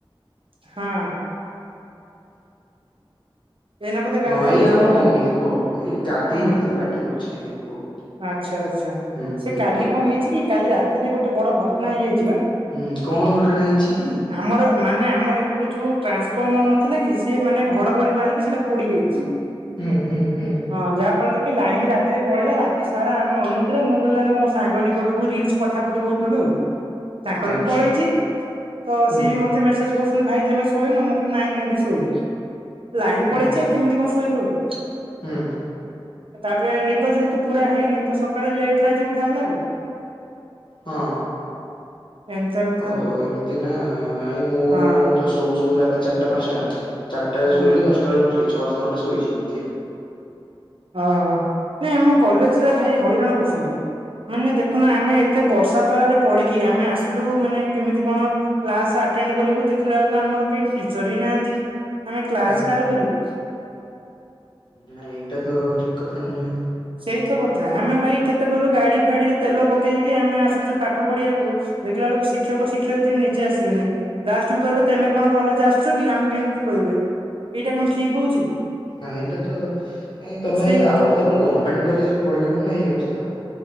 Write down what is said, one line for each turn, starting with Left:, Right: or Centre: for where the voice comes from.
Right: ହଁ। ଏଇନା ବୋଧେ ଗାଧେଇବାକୁ
Left: ହଁ ଏଇ ଆମ
Right: ଯିବେ
Left: ମମି କୁହ ଏଇ ଗାଧେଇନି
Right: ହୁଁ ହୁଁ
Left: ତ ପାଟି କରୁଛି ଟିକେ କୁହ।
Right: ଆଚ୍ଛା ଆଚ୍ଛା
Left: ହୁଁ
Right: ସେ
Left: ହୁଁ
Right: କାଲି
Left: କୁହ
Right: କଣ ହେଇଛି କି କାଲି ରାତିରେ ଗୋଟେ ବଡ ଘଟଣା ହେଇଯାଇଛି ବା।
Left: ହୁଁ କଣ ଘଟଣା ହେଇଛି କି?
Right: ଆମର ମାନେ ଆମର ଏପଟେ ଯୋଉ ଟ୍ରାନ୍ସଫର୍ମର ନଥିଲା କି ସେ ମାନେ ଘଡ଼ଘଡ଼ି ମାରିକି ସେଟା ପୋଡ଼ିଯାଇଛି।
Left: ହୁଁ ହୁଁ। ହୁଁ
Right: ହଁ ଯାହା ଫଳରେ କି ଲାଇନ୍ ରାତିରେ ପଳେଇଲା ରା ରାତି ସାର ଆମେ ଅନିିତ୍ରା ମୁଁ କହିଲା ମୋ ସାଙ୍ଗ ନିକଟକୁ ରିଲସ ପଠା ପଠି ହଉଥିଲୁ ଆଉ। ତାଙ୍କର
Left: ଆଚ୍ଛା
Right: ବି ପଳେଇଛି ତ
Left: ହୁଁ
Right: ସିଏ ବି ମ ତେ ମେସେଜ କରୁଛନ୍ତି ଭାଇ ତମେ ଶୋଇନ ମୁଁ କହିଲି ନାଇଁ ମୁଁ ବି ଶୋଇନି ଲାଇନ
Left: ହୁଁ
Right: ପଳେଇଛି କେମିତି କଣ ଶୋଇବୁ ଆଉ।
Left: ହୁଁ।
Right: ତାପରେ ନିିଦ ଯେହେତୁ ପୁରା ହେଇନି ତ ସକାଳେ ଲେଟ୍ ରେ ଆଜି ଉଠା ହେଲା ଆଉ।
Left: ହଁ।
Right: ଏମିତିଆ କଥା
Left: ଓହୋ
Right: ଆଉ
Left: ଏମିତି ନା ନାଇଁ ମୁଁ
Right: ହଁ
Left: ତ ଶୋଉ ଶୋଉ ରାତି ଚାରଟା ପାଞ୍ଚଟା। ଚାରଟାରେ
Right: ହୁଁ।
Left: ଶୋଇଲି ଦଶଟାରେ ଉଠିଲି ଛଅ ସାତ ଘଣ୍ଟା ଶୋଇଛି ଏମତି ଆଉ।
Right: ଅହ ନାଇଁ ଆମ କଲେଜରେ ଭାଇ ହଇରାଣ କରୁଛନ୍ତି। ମାନେ ଦେଖୁନ ଆମେ ଏତେ ବର୍ଷା ତରାରେ ପଡିକି ଆମେ ଆସିଲୁ ମାନେ କେମିତି କଣ କ୍ଲାସ ଆଟେଣ୍ଡ କରିବୁ ଦେଖିଲା ବେଳକୁ ଆମର କେହି ଟିଚର ହିଁ ନାହାନ୍ତି ଆମେ କ୍ଲାସ
Left: ହୁଁ।
Right: କାହାର କରିବୁ।
Left: ନାଁ ଏଇଟା ତ ଠିକ କଥା ନୁହେଁ।
Right: ସେଇ ତ କଥା ଆମେ ଭାଇ କେତେ କହିଲୁ ଗାଡି ଫାଡିରେ ତେଲ ପକେଇକି ଆମେ ଆସୁଛୁ ପାଠ ପଢିବାକୁ। ଦେଖିଲା ବେଳକୁ ଶିକ୍ଷକ ଶିକ୍ଷୟିତ୍ରୀ ନିଜେ ଆସିବେନି। ଲାଷ୍ଟ କୁ କହିବେ ତେମେ କଣ କଲେଜ ଆସୁଛ କି ଆମକୁ ଏମିତି କହିବେ ଏଇଟା କଣ ଠିକ ହଉଛି।
Left: ନାଇଁ ଏଇଟା ତ ନାଇଁ ତମେ
Right: ସେଇ କଥା।
Left: ଆଉ ଗୋଟେ ତାପରେ ଗମେଣ୍ଟ କଲେଜରେ ପଢିଲେ କଣ ନା ଏଇ ଅବସ୍ଥା ହବ।